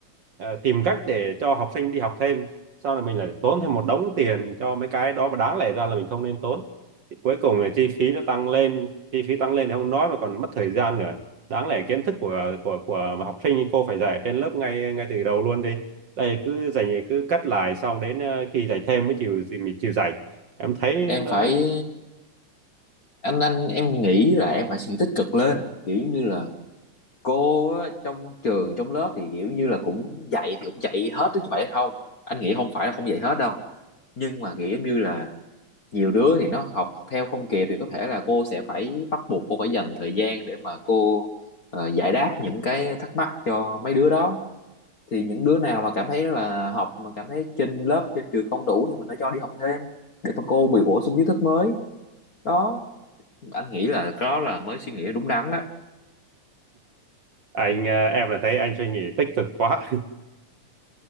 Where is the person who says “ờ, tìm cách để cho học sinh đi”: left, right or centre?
Right